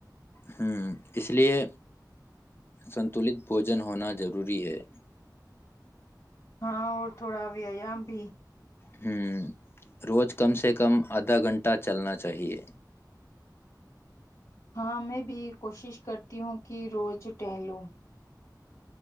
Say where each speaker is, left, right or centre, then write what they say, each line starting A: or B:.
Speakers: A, on the left; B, on the left.
A: ہوں اس لیے سنتولت بوجن ہونا ضروری ہے
B: ہاں اور تھوڑا بھی ب
A: ہوں روز کم سے کم آدھا گھنٹہ چلنا چاہیے
B: ہاں میں بھی کوشش کرتی ہوں کہ روز ٹہلو